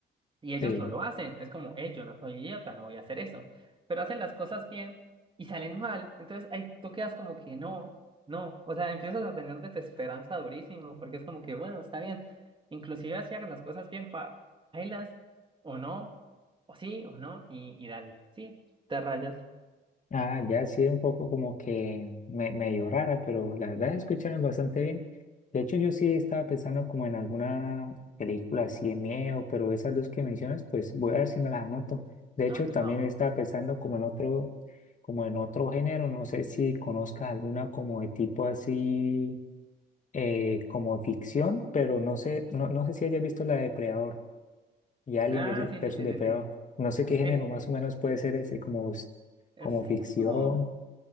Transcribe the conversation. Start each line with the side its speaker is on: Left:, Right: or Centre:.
Right: Y ellos
Left: Sí.
Right: no lo hacen. Es como, hey, yo no soy idiota, no voy a hacer eso. Pero hacen las cosas bien y salen mal. Entonces ahí tú quedas como que no, no. O sea, empiezas a tener desesperanza durísimo porque es como que, bueno, está bien. Inclusive si hagan las cosas bien, pa, bailas o no, o sí o no, y, y dale. Sí, te rayas.
Left: Ah, ya sí, un poco como que me, medio rara, pero la verdad escucharon bastante bien. De hecho, yo sí estaba pensando como en alguna película así de miedo, pero esas dos que mencionas, pues voy a ver si me las anoto. De hecho,
Right: No, no,
Left: también
Right: no.
Left: estaba pensando como en otro, como en otro género, no sé si conozcas alguna como de tipo así, eh, como ficción, pero no sé, no, no sé si hayas visto la de Depredador. y Alien
Right: Ah,
Left: vir-
Right: sí,
Left: versus
Right: sí, sí,
Left: Depredador.
Right: sí, sí.
Left: No sé qué género
Right: Sí, sí,
Left: más
Right: sí.
Left: o menos puede ser ese, como, s-
Right: Eh,
Left: como
Right: sí,
Left: ficción.
Right: es como,